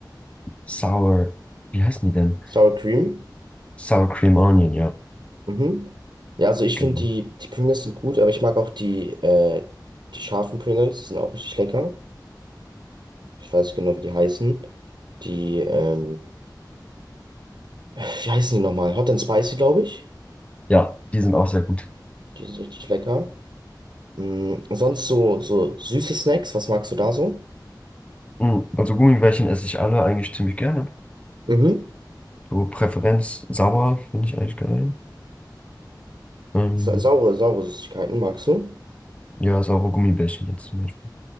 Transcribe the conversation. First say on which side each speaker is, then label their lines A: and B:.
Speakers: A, on the left; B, on the right.
A: Sour, wie heißen die denn?
B: Sour Cream?
A: Sour Cream Onion, ja,
B: Mhm. Ja, also ich
A: genau.
B: finde die, die Pringles sind gut, aber ich mag auch die, äh, die scharfen Pringles, die sind auch richtig lecker. Ich weiß nicht genau, wie die heißen. Die, ähm, <laughs> wie heißen die nochmal? Hot and Spicy, glaube ich.
A: Ja, die sind auch sehr gut.
B: Die sind richtig lecker. Mhm. Sonst so, so süße Snacks, was magst du da so?
A: Mm, Also Gummibärchen esse ich alle eigentlich ziemlich gerne.
B: Mhm.
A: So Präferenz sauer finde ich eigentlich geil. Ähm,
B: Sa saure, saure Süßigkeiten magst du?
A: ja, saure Gummibärchen jetzt zum Beispiel.